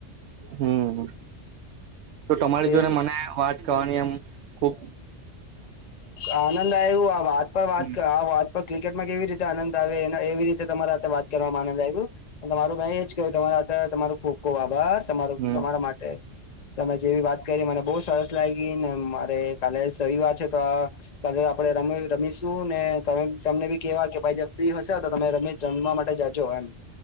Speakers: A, on the right (about 70°); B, on the left (about 40°).
A: હમ તો તમારી
B: એવી
A: જોડે
B: રી
A: મને વાત કણી એમ ખૂબ
B: આનંદ આયગું આ વાત પર વાત
A: હમ
B: કર વા પણ ક્રિકેટમાં કેવી રીતે આનંદ આવે એવી રીતે તમારા વાત કરવામાં આનંદ આવ્યું તમારું મેં એજ કહ તમા તમારોું ખુબ કવ આભાર તમારો
A: હમ
B: તમારા માટે તમે જેવી વાત કરી મને બહુ સરસ લાગી ને મારે કાલે સિવાર ત આપડે ર રમીશ તું ને તમે તમને બી કેવા કે ભાઈ ફ્રી હશે તો તમે રમી રમવા માટે જાજો એમ